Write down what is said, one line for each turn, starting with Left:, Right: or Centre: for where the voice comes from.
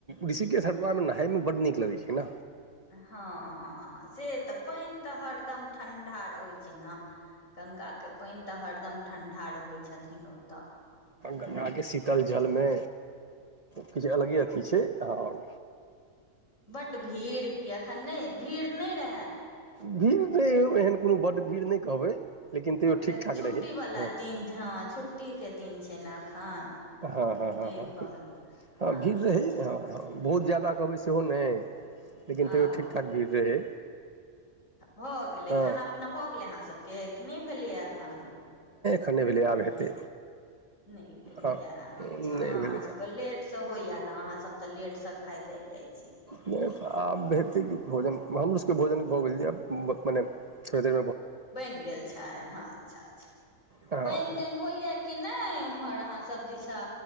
Right: ऋषिकेश हरद्वार नहायमे बड़ नीक लगैत छै ने
Left: हँ हँ हँ से तऽ पैन तऽ हरदम ठंडा रहैत छै जेना गंगा के पानि तऽ हरदम ठंडा रहै छथिन ओतऽ
Right: गंगाके शीतल
Left: कहै
Right: जलमे
Left: छै
Right: किछु अलगे अथी छै हं
Left: बड भीड़के अखन नहि भीड़ नहि रहए
Right: भीड़ त एहन कोनो बड्ड भीड़ नहि कहबै लेकिन तैयो
Left: हँ
Right: ठीक
Left: कियकि
Right: ठाक
Left: छुट्टी
Right: रहै
Left: वाला
Right: हँ
Left: दिन हँ छुट्टी के दिन छै ने एखन
Right: हँ
Left: तऽ
Right: हँ हँ
Left: तै
Right: हँ
Left: कहलहु
Right: हँ
Left: अच्छा
Right: भीड़ रहै
Left: अच्छा
Right: हँ हँ बहुत ज्यादा कहबै सेहो नहि लेकिन तैयो
Left: आ ओ
Right: ठीकठाक भीड़ रहै
Left: भऽ गेलै
Right: हँ
Left: खाना पीना भऽ गेलै अहाँसभके कि नहि भेलैए एखन
Right: खन नै भेलै आब हेतै
Left: नहि भेलैएयो
Right: हँ नहि
Left: अहाँ
Right: भेलैए
Left: सभके लेटसँ होइएा ने अहाँसभ तऽ लेट से खा जाइ जाइ छै
Right: नहि आब बतै कि भोजन हमरो सबके भोजन भऽ गेल आब मने धे
Left: बैन गेल छै हँ अच्छा अच्छा
Right: हँ
Left: पैन तैन होइया कि नहि उम्हर अहाँ सब दिस त